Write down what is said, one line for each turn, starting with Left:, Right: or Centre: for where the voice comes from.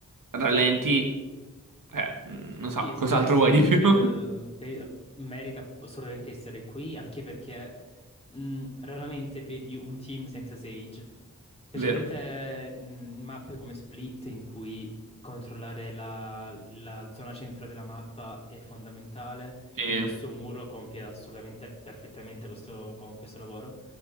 Right: rallenti eh, mm, non
Left: Sì,
Right: so,
Left: secondo
Right: cos'altro
Left: me Sage
Right: vuoi di più?
Left: eh,
Right: <laughs>
Left: pe- merita assolutamente essere qui, anche perché mh, raramente vedi un team senza Sage, specialmente
Right: Vero.
Left: mh, in mappe come Split, in cui controllare la, la zona centrale della mappa è fondamentale,
Right: Sì.
Left: quindi il suo muro compie assolutamente perfettamente questo, com- questo lavoro.